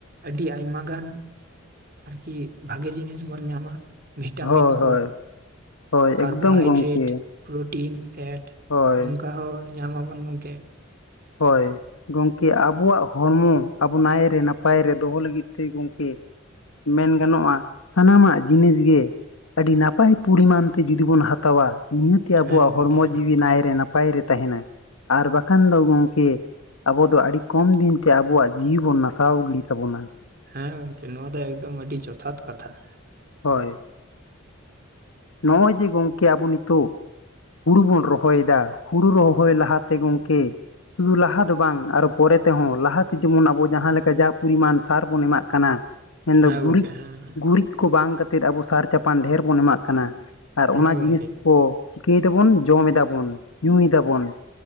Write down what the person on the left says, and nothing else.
ᱦᱳᱭ
ᱦᱳᱭ ᱦᱳᱭ
ᱮᱠᱫᱚᱢ ᱜᱚᱢᱠᱮ
ᱦᱳᱭ
ᱦᱳᱭ ᱜᱚᱢᱠᱮ ᱟᱵᱚᱣᱟᱜ ᱦᱚᱲᱢᱚ ᱟᱵᱚ ᱱᱟᱭ ᱨᱮ ᱱᱟᱯᱟᱭ ᱨᱮ ᱫᱚᱦᱚ ᱞᱟᱹᱜᱤᱫ ᱛᱮ ᱜᱚᱢᱠᱮ ᱢᱮᱱ ᱜᱟᱱᱚᱜᱼᱟ ᱥᱟᱱᱟᱢᱟᱜ ᱡᱤᱱᱤᱥ ᱜᱮ ᱟᱹᱰᱤ ᱱᱟᱯᱟᱭ ᱯᱚᱨᱤᱢᱟᱱ ᱛᱮ ᱡᱩᱫᱤ ᱵᱚᱱ ᱦᱟᱛᱟᱣᱼᱟ ᱱᱤᱭᱟᱹᱛᱮᱜᱮ ᱟᱵᱚᱣᱟᱜ
ᱦᱚᱲᱢᱚ ᱡᱤᱣᱤ ᱱᱟᱭ ᱨᱮ ᱱᱟᱯᱟᱭ ᱨᱮ ᱛᱟᱸᱦᱮᱱᱟ ᱟᱨ ᱵᱟᱠᱷᱟᱱ ᱫᱚ ᱜᱚᱢᱠᱮ ᱟᱵᱚ ᱫᱚ ᱟᱹᱰᱤ ᱠᱚᱢ ᱫᱤᱱ ᱛᱮ ᱟᱵᱚᱣᱟᱜ ᱡᱤᱣᱤ ᱵᱚᱱ ᱱᱟᱥᱟᱣ ᱜᱤᱰᱤ ᱛᱟᱵᱚᱱᱟ ᱾
ᱦᱳᱭ ᱾ ᱱᱚᱜᱼᱚᱭ ᱡᱮ ᱜᱚᱢᱠᱮ ᱟᱵᱚ ᱱᱤᱛᱚᱜ ᱦᱩᱲᱩ ᱵᱚᱱ ᱨᱚᱦᱚᱭᱮᱫᱟ ᱦᱩᱲᱩ ᱨᱚᱦᱚᱭ ᱞᱟᱦᱟ ᱛᱮ ᱜᱚᱢᱠᱮ ᱥᱩᱫᱷᱩ ᱞᱟᱦᱟ ᱫᱚ ᱵᱟᱝ ᱟᱨᱚ ᱯᱚᱨᱮ ᱛᱮᱦᱚᱸ ᱞᱟᱦᱟ ᱛᱮ ᱡᱮᱢᱚᱱ ᱟᱵᱚ ᱡᱟᱦᱟᱸ ᱞᱮᱠᱟ ᱡᱟ ᱯᱚᱨᱤᱢᱟᱱ ᱥᱟᱨ ᱵᱚᱱ ᱮᱢᱟᱜ ᱠᱟᱱᱟ, ᱢᱮᱱᱫᱚ
ᱜᱩᱨᱤᱡ
ᱜᱩᱨᱤᱡ, ᱠᱚ ᱵᱟᱝ ᱠᱟᱛᱮᱫ ᱟᱵᱚ ᱥᱟᱨ ᱪᱟᱯᱟᱱ ᱰᱷᱮᱨ ᱵᱚᱱ ᱮᱢᱟᱜ ᱠᱟᱱᱟ ᱟᱨ
ᱚᱱᱟ
ᱡᱤᱱᱤᱥ ᱠᱚ ᱪᱤᱠᱟᱹᱭ ᱫᱟᱵᱚᱱ? ᱡᱚᱢ ᱮᱫᱟᱵᱚᱱ ᱧᱩᱭ ᱮᱫᱟᱵᱚᱱ ᱾